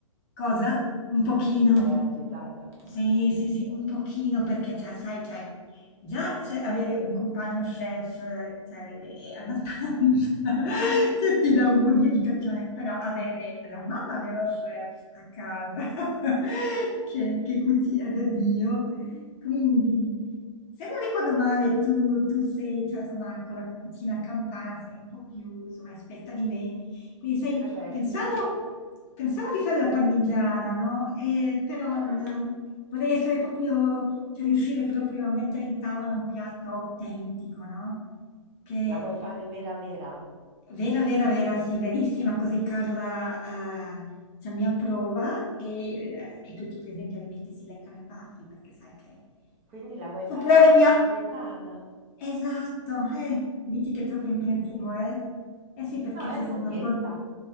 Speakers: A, on the left; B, on the right.
A: Cosa? Un pochino.
B: Tu sei agitata?
A: Sì, sì, sì, un pochino perché, cioè, sai, cioè, già cioè, avere un compagno chef, eh, cioè, è abbastanza, <laughs> cioè, ti dà un po' di agitazione, però avere la mamma dello chef a casa <laughs> che, che cucina da Dio. Quindi, se non ricordo male, tu, tu sei, cioè, insomma, con la cucina campana sei un po' più, insomma, esperta di me. Quindi, sai,
B: Eh beh,
A: pensavo,
B: sì.
A: pensavo di fare la parmigiana, no? Eh, però
B: Ah,
A: il- vorrei essere proprio, cioè, riuscire proprio a mettere in tavola un piatto autentico, no? Che,
B: la vuoi fare vera vera?
A: Vera, vera, vera, sì, verissima, così Carla, ehm, cioè mi approva e il e tutti i presenti ovviamente si leccano i baffi perché sai che
B: Quindi la vuoi
A: superare
B: fare alla
A: mia
B: napoletana?
A: esatto, eh, dici che è troppo impegnativo, eh? Eh sì, perché
B: No, è
A: cioè
B: lunghetta.
A: sono son